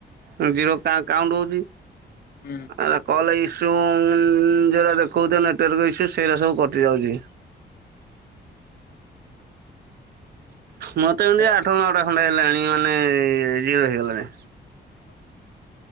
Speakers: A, on the right; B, on the left.
A: ଉଁ ଜିରୋ କା କାଉଣ୍ଟ୍ ହଉଚି
B: ହୁଁ
A: ଆରା କଲ୍ ଇସ୍ ଯୋଉଁ ଯୋଉରା ଦେଖଉଚ ନେଟୱାର୍କ ଇସୁ ସେଇରା ସବୁ କଟିଯାଉଚି। ମୋର୍ ତ ଏମିତି
B: ହଁ
A: ଆଠ ନଅଟା ଖଣ୍ଡେ ହେଲାଣି ମାନେ ଜିରୋ ହେଇଗଲାଣି।
B: ତ